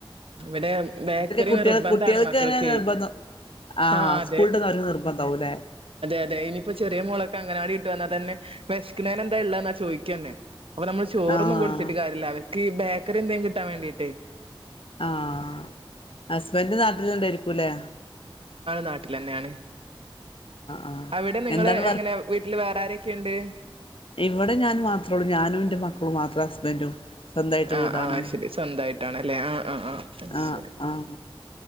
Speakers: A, on the right; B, on the left.
A: ഇവടെ ബേക്കറി
B: കുട്ടികൾ
A: നിർബന്ധാണ്
B: കുട്ടികൾക്ക്
A: മക്കൾക്ക്
B: തന്നെ നിർബന്ധം ആഹ്
A: ആ അതെ
B: സ്കൂൾ വിട്ട് വരുന്ന നിർബന്ധാവൂല്ലേ
A: അതെ ഇനിപ്പോ ചെറ്യേ മോളൊക്കെ അംഗവാടി വിട്ട് വന്നാ തന്നെ തിന്നാനെന്താ ഇള്ളേന്നാ ചോയ്ക്കെന്നേ അപ്പ നമ്മള് ചോറൊന്നും
B: ആഹ്
A: കൊട്ത്ത്ട്ട് കാര്യല്ല അവര്ക്ക് ബെ ക്കറി എന്തേലും കിട്ടാം വേണ്ടീട്ട്
B: ആഹ് ഹസ്ബന്റ് നാട്ടില്ണ്ടായിരിക്കുലെ
A: നാട്ടിലെന്നേണ്
B: ആഹ്
A: അവിടെ നിങ്ങള്
B: എന്താണ്
A: എങ്ങനെ വീട്ടില് വേറെന്തേ ക്കെണ്ട്
B: ഇവടെ ഞാൻ മാത്രള്ളൂ ഞാനൂന്റെ മക്കളും മാത്ര ഹസ്ബന്റും സ്വന്തായിട്ട്
A: ആഹ്
B: വീടാണ്.
A: ആഹ് ശരി സ്വന്തായിട്ടാണല്ലേ ആഹ് ആഹ് ആഹ്
B: ആഹ്
A: ശരി
B: ആഹ്